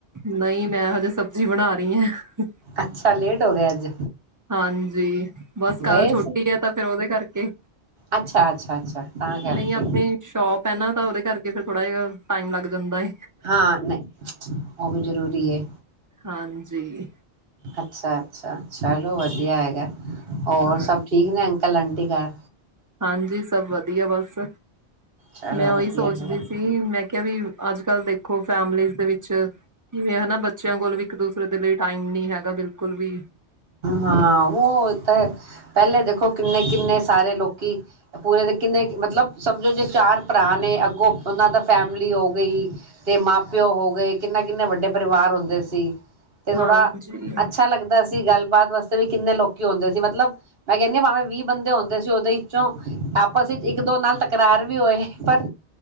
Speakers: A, on the right (about 25°); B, on the right (about 60°).
A: ਨਹੀਂ, ਮੈਂ ਹੋਜੇ ਸਬਜ਼ੀ ਬਣਾ ਰਹੀ ਆ।
B: ਅੱਛਾ, ਲੇਟ ਹੋ ਗਿਆ ਅੱਜ।
A: ਹਾਂਜੀ, ਬਸ ਕੱ
B: ਗਏ
A: ਛੁੱਟੀ
B: ਸੀ
A: ਆ ਤਾਂ ਫਿਰ ਉਹਦੇ ਕਰਕੇ।
B: ਅੱਛਾ ਅੱਛਾ ਅੱਛਾ ਤਾਂ ਕਰਕੇ।
A: ਨਹੀਂ ਆਪਣੀ ਸ਼ੋਪ ਏ ਨਾ ਤਾਂ ਉਹਦੇ ਕਰਕੇ ਫਿਰ ਥੋੜਾ ਜਾ ਟਾਈਮ ਲੱਗ ਜਾਂਦਾ ਏ।
B: ਹਾਂ ਨਹੀਂ <unintelligible> ਉਹ ਵੀ ਜ਼ਰੂਰੀ ਐ।
A: ਹਾਂਜੀ
B: ਅੱਛਾ ਅੱਛਾ ਚਲੋ ਵਧੀਆ ਹੈਗਾ। ਔਰ
A: ਹਾਂ
B: ਸਭ ਠੀਕ ਨੇ ਅੰਕਲ ਆਂਟੀ ਘਰ।
A: ਹਾਂਜੀ ਸਭ ਵਧੀਆ ਬਸ।
B: ਚਲੋ
A: ਮੈਂ ਉਹੀ
B: ਵਧੀਆ
A: ਸੋਚਦੀ
B: ਹੈਗਾ
A: ਸੀ ਤੇ ਮੈਂ ਕਿਹਾ ਵੀ ਅੱਜ-ਕੱਲ੍ਹ ਦੇਖੋ ਫੈਮਲੀਜ਼ ਦੇ ਵਿੱਚ ਕਿਵੇਂ ਹਨਾ ਬੱਚਿਆਂ ਕੋਲ ਵੀ ਇੱਕ ਦੂਸਰੇ ਦੇ ਲਈ ਟਾਈਮ ਨੀ ਹੈਗਾ ਬਿਲਕੁਲ ਵੀ।
B: ਹਾਂ ਵੋ ਹੋਤਾ ਤਾਂ ਪਹਿਲੇ ਦੇਖੋ ਕਿੰਨੇ-ਕਿੰਨੇ ਸਾਰੇ ਲੋਕੀ ਪੂਰੇ ਦੇ ਕਿੰਨੇ ਮਤਲਬ ਸਮਝੋ ਜੇ ਚਾਰ ਭਰਾ ਨੇ ਅੱਗੋਂ ਉਹਨਾਂ ਦਾ ਫੈਮਿਲੀ ਹੋ ਗਈ। ਤੇ ਮਾਂ ਪਿਓ ਹੋ ਗਏ। ਕਿੰਨਾ-ਕਿੰਨੇ ਵੱਡੇ ਪਰਿਵਾਰ ਹੁੰਦੇ ਸੀ। ਤੇ ਥੋੜ੍ਹਾ
A: ਹਾਂਜੀ
B: ਅੱਛਾ ਲੱਗਦਾ ਸੀ। ਗੱਲਬਾਤ ਵਾਸਤੇ ਵੀ ਕਿੰਨੇ ਲੋਕੀ ਆਉਂਦੇ ਸੀ ਮਤਲਬ ਮੈਂ ਕਹਿੰਣੀ ਹਾਂ ਭਾਵੇਂ ਵੀਹ ਬੰਦੇ ਹੁੰਦੇ ਸੀ। ਉਹਦੇ ਵਿੱਚੋਂ ਆਪਸ ਵਿੱਚ ਇੱਕ- ਦੋ ਨਾਲ ਤਕਰਾਰ ਵੀ ਹੋਏ। ਪਰ